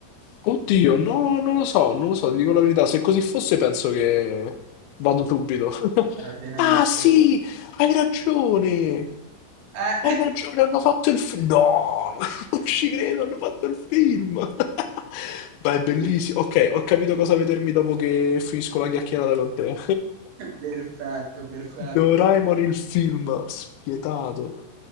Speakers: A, on the left; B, on the right.
A: Oddio, no, non lo so, non lo so, ti dico la verità. Se così fosse penso che vado subito. <laughs>
B: Sarebbe una
A: Ah,
B: hit.
A: sì, hai ragione.
B: Eh.
A: Hai ragione, hanno fatto il film. No, <laughs> non ci credo, hanno fatto il film. <laughs> Ma è bellissimo.
B: <laughs>
A: Ok, ho capito cosa vedermi dopo che finisco la chiacchierata con te.
B: Perfetto,
A: <laughs>
B: perfetto.
A: Doraemon il film, spietato.